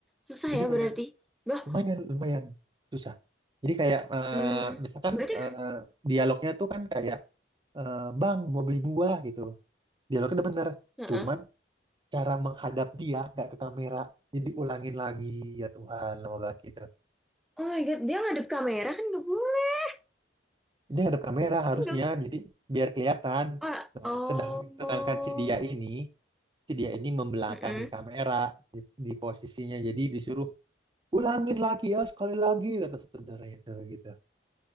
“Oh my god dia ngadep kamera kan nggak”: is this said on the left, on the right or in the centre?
Centre